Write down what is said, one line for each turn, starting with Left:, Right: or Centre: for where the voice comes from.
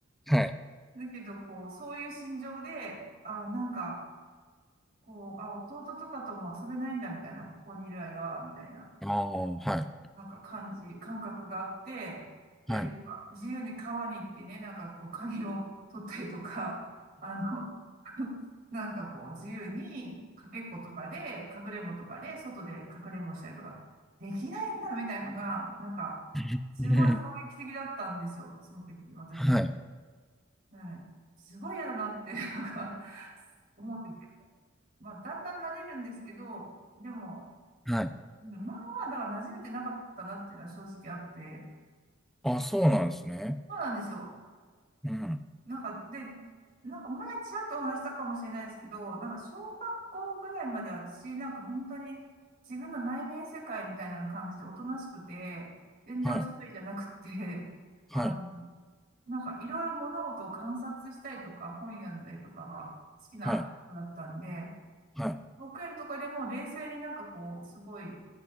Centre: はい。
Right: だけど、こう、そういう心情で、あ、なんか、こう、あ、弟とかとも遊べないんだ、みたいな、ここにいる間は、みたいな。
Centre: ああ、はい。
Right: なんか感じ、感覚があって、で、
Centre: はい。
Right: なんか自由に川に行ってね、なんかこう、カニを取ったりとか、<laughs> あの、<laughs> なんかこう、自由にかけっことかで、かくれんぼとかで、外でかくれんぼしたりとか、できないんだみたいのが、なんか、
Centre: <laughs>
Right: すごい衝撃的だったんですよ、その時、私に。
Centre: はい。
Right: うん、すごい嫌だなって、<laughs> なんか、思ってて。まあ、だんだん慣れるんですけど、でも、
Centre: はい。
Right: うん今まはだから馴染めてなかったなっていうのは正直あって、
Centre: あ、そうなんですね。
Right: そうなんですよ。
Centre: うん。
Right: なんか、で、なんか前ちらっとお話したかもしれないですけど、なんか小学校ぐらいまで私、なんか本当に自分の内面世界みたいな感じでおとなしくて、全然おしゃべりじゃなくて、
Centre: はい。
Right: <laughs>
Centre: はい。
Right: あの、なんかいろいろ物事を観察したりとか、本読んだりとかが好きな子だったんで、
Centre: はい。はい。
Right: 保育園とかでも冷静になんかこう、すごい、